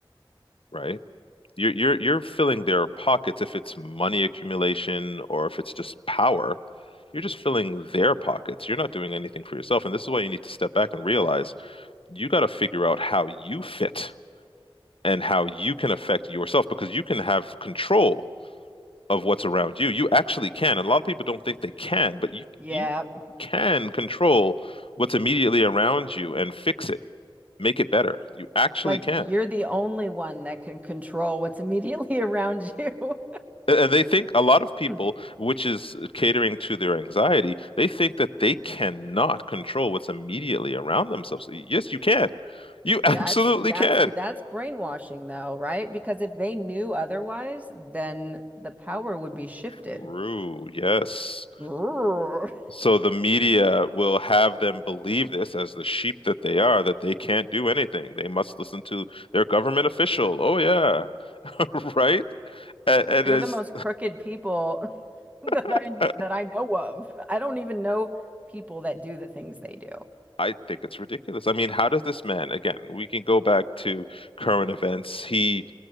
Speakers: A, on the left; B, on the right.
A: right? You're you're you're filling their pockets if it's money accumulation or if it's just power. You're just filling their pockets. You're not doing anything for yourself. And this is why you need to step back and realize you got to figure out how you fit and how you can affect yourself because you can have control of what's around you. You actually can. And a lot of people don't think they can, but you
B: Yeah.
A: you can control what's immediately around you and fix it, make it better. You actually
B: Like
A: can.
B: you're the only one that can control what's immediately <laughs> around you.
A: And they think a lot of
B: <clears throat>
A: people, which is catering to their anxiety, they think that they cannot control what's immediately around themselves. Yes, you can. You <laughs> absolutely
B: That's that's
A: can.
B: that's brainwashing though, right? Because if they knew otherwise, then the power would be shifted.
A: True. Yes.
B: <laughs>
A: So the media will have them believe this as the sheep that they are, that they can't do anything. They must listen to their government official. Oh yeah, <laughs> right? And, and
B: They're
A: it's,
B: the most crooked people <laughs> that
A: <laughs>
B: I that I know of. I don't even know people that do the things they do.
A: I think it's ridiculous. I mean, how does this man, again, we can go back to current events. He